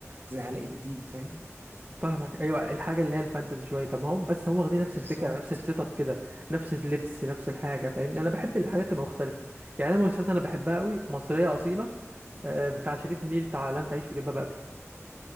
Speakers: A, on the right; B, on the right.
A: زي علاء الدين فاهم
B: فاهمك ايوه الحاجه اللي هي الفانتزي شويه طب ما هو بس هم واخدين نفس
A: بالظبط
B: الفكره نفس السيت اب كده نفس اللبس نفس الحاجه فاهمني انا بحب الحاجات تبقى مختلفه يعني انا مسلسلات انا بحبها قوي مصريه اصيله آه، بتاع شريف منير بتاع لا انت عايش في جلباب ابي